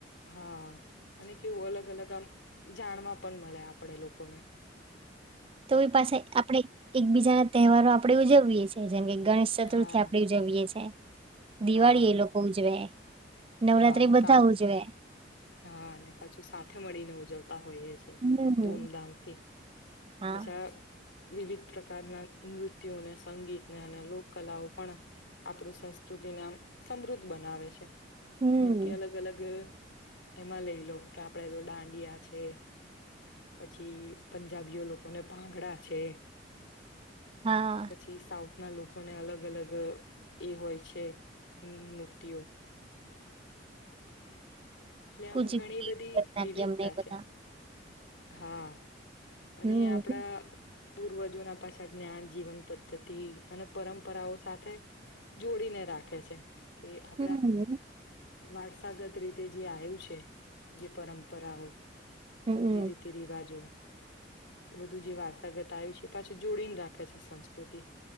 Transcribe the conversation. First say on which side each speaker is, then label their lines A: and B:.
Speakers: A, on the left (about 75°); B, on the right (about 30°).
A: હા, અને કેવું અલગ અલગ આમ જાણવા પણ મલે આપડે લોકોને.
B: તો બી પાછા આપડે એકબીજા ના તહેવારો. આપડે ઉજવીએ છીએ. જેમકે ગણેશ ચતુર્થી
A: હા
B: આપડે ઉજવીએ છીએ દિવાળી
A: હા,
B: એ લોકો ઉજવે. નવરાત્રી
A: હા
B: બધા
A: સા
B: ઉજવે
A: હા અને પાછું સાથે મળીને ઉજબ હોય છે
B: હમ
A: ધૂમધામથી
B: હા
A: બછા વિવિધ પ્રકારના નૃત્યોને સંગીતને અને લોક કલાઓ પણ આપણું સંસ્કૃતિને આમ સમૃદ્ધ બનાવે છે.
B: હમ
A: જેમ કે અલગ અલગ એમાં લઈ લો કે આપડે તો દાંડિયા છે પછી પંજાબીઓ લોકોને ભાંગડા છે.
B: હા
A: પછી સાઉથ ના લોકોને અલગ અલગ એ હોય છે નૂત્યો. ટલે આમ
B: કુચીપુડી
A: ઘણી બધી
B: ભરતનાટ્યમ
A: વિવિધતા
B: ને એ બધા
A: છે. હા. અને
B: હમ
A: આપડા પૂર્વજોના પાછા જ્ઞાન જીવન પદ્ધતિ અને પરંપરાઓ સાથે જોડીને રાખે છે. કે આપડા
B: હમ
A: વારસાગત રીતે જે આવ્યું છે જે પરંપરાઓ
B: હમમ
A: જે રીતિ રિવાજો. એ બધું જે વારસાગત આવ્યું છે પાછું જોડીને રાખે છે સંસ્કૃતિ.